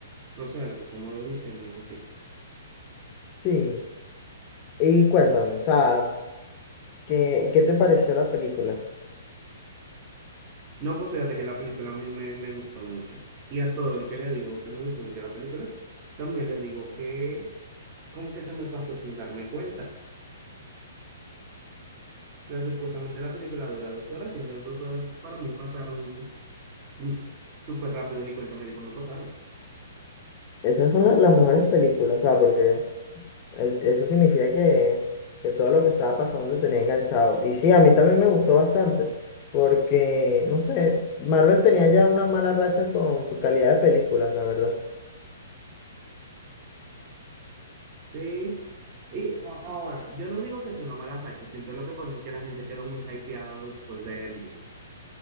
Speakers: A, on the right; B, on the left.
A: no sé, algo como de diseño o así.
B: sí, y cuéntame, o sea, ¿qué, qué te pareció la película?
A: No, pues fíjate que la película a mí me, me gustó mucho. Y a todo el que le digo que me gustó mucho la película, también le digo que como que se me pasó sin darme cuenta. Pero supuestamente la película dura dos horas y esas dos horas para mí pasaron mm, súper rápido, ni cuenta me di cuando pasaron.
B: Esas son la- las mejores películas, o sea, porque el- eso significa que, que todo lo que estaba pasando te tenía enganchado. Y sí, a mí también me gustó bastante, porque, no sé, Marvel tenía ya una mala racha con su calidad de películas, la verdad.
A: Sí. Y a- ahora, yo no digo que sea una mala racha, siento lo que pasa es que la gente quedó muy hypeada después de Endgame,